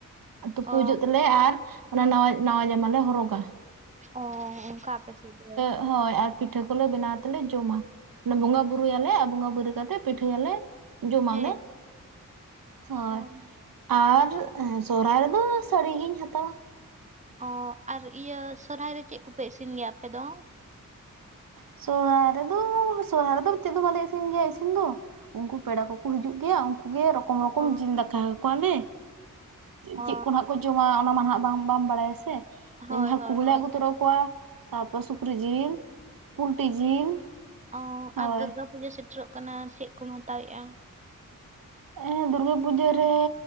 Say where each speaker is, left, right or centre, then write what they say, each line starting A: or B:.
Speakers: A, on the right; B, on the right.
A: ᱛᱩᱯᱩ
B: ᱚ
A: ᱦᱤᱡᱩᱜ ᱛᱮᱞᱮ ᱟᱨ ᱚᱱᱟ ᱱᱟᱣᱟ ᱱᱟᱣᱟ ᱡᱟᱢᱟ ᱞᱮ ᱦᱚᱨᱚᱜ-ᱟ᱾
B: ᱚᱻ ᱚᱱᱠᱟ ᱟᱯᱮ ᱥᱮᱫ ᱫᱚ?
A: ᱦᱚᱭ ᱟᱨ ᱯᱤᱴᱷᱟᱹ ᱠᱚᱞᱮ ᱵᱮᱱᱟᱣ ᱛᱮᱞᱮ ᱡᱚᱢᱟ᱾ ᱵᱚᱸᱜᱟ ᱵᱩᱨᱩᱭᱟᱞᱮ ᱟᱨ ᱵᱚᱸᱜᱟ ᱵᱩᱨᱩ ᱠᱟᱛᱮᱫ ᱯᱤᱴᱷᱟᱹᱭᱟᱞᱮ᱾ ᱡᱚᱢᱟᱞᱮ
B: ᱦᱮᱸ
A: ᱦᱳᱭ᱾
B: ᱟᱢ
A: ᱟᱨ ᱥᱚᱦᱨᱟᱭ ᱨᱮᱫᱚ ᱥᱟᱹᱲᱤ ᱜᱤᱧ ᱦᱟᱛᱟᱣᱟ᱾
B: ᱚᱻ ᱟᱨ ᱤᱭᱟᱹ ᱥᱚᱨᱦᱟᱭ ᱨᱮ ᱪᱮᱫ ᱠᱚᱯᱮ ᱤᱥᱤᱱ ᱜᱮᱭᱟ ᱟᱯᱮ ᱫᱚ?
A: ᱥᱚᱦᱨᱟᱭ ᱨᱮᱫᱚ ᱥᱚᱦᱨᱟᱭ ᱨᱮᱫᱚ ᱪᱮᱫ ᱦᱚ ᱵᱟᱞᱮ ᱤᱥᱤᱱ ᱜᱮᱭᱟ ᱤᱥᱤᱱ ᱫᱚ᱾ ᱩᱱᱠᱩ ᱯᱮᱲᱟ ᱠᱚᱠᱚ ᱦᱤᱡᱩᱜ ᱜᱮᱭᱟ ᱩᱱᱠᱩ ᱠᱩᱜᱮ ᱨᱚᱠᱚᱢ ᱨᱚᱠᱚᱢ
B: ᱚ
A: ᱡᱤᱞ ᱫᱟᱠᱟ ᱟᱠᱚᱣᱟᱞᱮ ᱪᱮᱫ
B: ᱚ
A: ᱠᱚ ᱱᱟᱜ ᱠᱚ ᱠᱚ ᱡᱚᱢᱟ ᱚᱱᱟ ᱢᱟ ᱦᱟᱜ ᱵᱟᱝ ᱵᱟᱢ ᱵᱟᱲᱟᱭᱟ ᱥᱮ
B: ᱦᱳᱭ
A: ᱦᱟᱠᱩ
B: ᱦᱳᱭ
A: ᱦᱚᱞᱮ
B: ᱦᱳᱭ
A: ᱟᱹᱜᱩ ᱛᱚᱨᱟ ᱠᱚᱣᱟ ᱛᱟᱨᱯᱚᱨ ᱥᱩᱠᱨᱤ ᱡᱤᱞ, ᱯᱩᱞᱴᱤ ᱡᱤᱞ
B: ᱚᱻ
A: ᱦᱳᱭ᱾
B: ᱟᱨ ᱫᱩᱨᱜᱟ ᱯᱩᱡᱟᱹ ᱥᱮᱴᱮᱨᱚᱜ ᱠᱟᱱᱟ ᱪᱮᱫ ᱠᱚᱢ ᱦᱟᱛᱟᱣᱮᱫᱼᱟ?
A: ᱮᱻ ᱫᱩᱨᱜᱟᱹ ᱯᱩᱡᱟᱹ ᱨᱮ